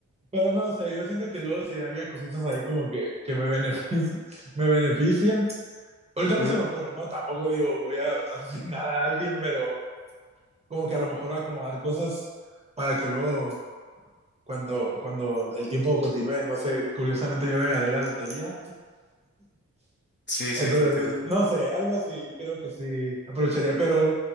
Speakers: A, on the right; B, on the left.
A: Pero no sé, yo siento que luego se haría cositas ahí como que, que me beneficien, me beneficien. Ahorita
B: Ujú.
A: no se me ocurre, ¿no? Tampoco digo voy a asesinar a alguien, pero como que a lo mejor acomodar cosas para que luego, cuando, cuando el tiempo continúe, no sé, curiosamente yo me gané la lotería
B: Sí,
A: Entonces,
B: sí, te entiendo.
A: no sé, algo así, creo que sí aprovecharía, pero